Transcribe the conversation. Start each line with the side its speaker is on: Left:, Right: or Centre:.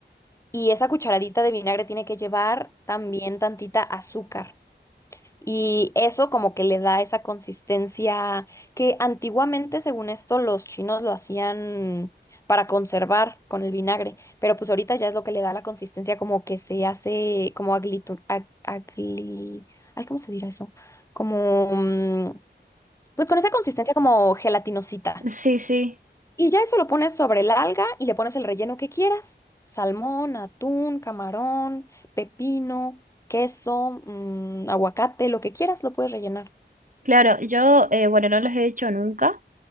Left: Y esa cucharadita de vinagre tiene que llevar también tantita azúcar. Y eso como que le da esa consistencia que antiguamente, según esto, los chinos lo hacían para conservar con el vinagre, pero pues ahorita ya es lo que le da la consistencia como que se hace como aglitu- ag- agli- ay, ¿cómo se dirá eso? Como, mm, pues con esa consistencia como gelatinosita.
Right: Sí, sí.
Left: Y ya eso lo pones sobre el alga y le pones el relleno que quieras. Salmón, atún, camarón, pepino, queso, mm, aguacate, lo que quieras, lo puedes rellenar.
Right: Claro, yo, eh, bueno, no los he hecho nunca.